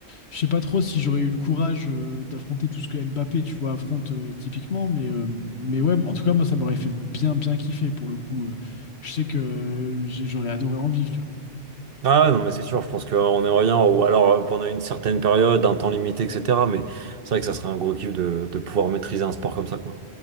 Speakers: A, on the left; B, on the right.
A: je sais pas trop si j'aurais eu le courage euh, d'affronter tout ce que Mbappé, tu vois, affronte euh, typiquement. Mais, euh, mais ouais, en tout cas, moi, ça m'aurait fait bien, bien kiffer pour le coup. Euh, je sais que j'ai- j'aurais adoré en vivre, tu vois.
B: Ah ouais, non, mais c'est sûr, je pense qu'on est rien, ou alors euh, pendant une certaine période, un temps limité, etc. Mais c'est vrai que ça serait un gros kiff de, de pouvoir maîtriser un sport comme ça, quoi.